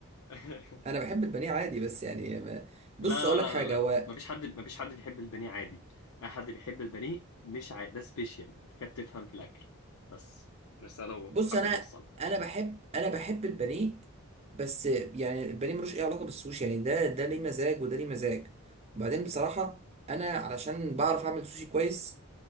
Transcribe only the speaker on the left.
<laughs>
لا
لا
لا
لا لا
لا. مفيش حد مفيش حد بيحب البانيه عادي اي حد بيحب البانيه مش عادي ده سبيشال انت كده بتفهم في الاكل بس رساله وحبيت
اوصلها